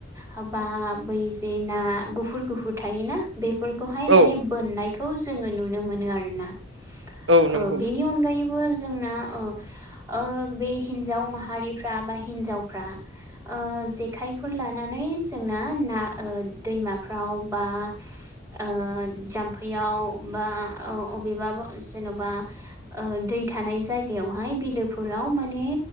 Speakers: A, on the right; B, on the right.
A: हा बा बै जे ना गुफुर गुफुर थायोना। बेफोरखौहाय
B: औ
A: माने बोननायखौ जोङो नुनो मोनो आरोना।
B: औ नंगौ
A: ओ बेनि अनगायै बो जोंना ओ ओ बे हिन्जाव माहारिफ्रा बा हिन्जावफ्रा ओ जेखायफोर लानानै जोंना ना ओ दैमा फ्राव बा ओ जाम्फैयाव बा अ अबेबा ब जेनबा ओ दै थानाय जायो। जायगायावहाय बिलोफोराव माने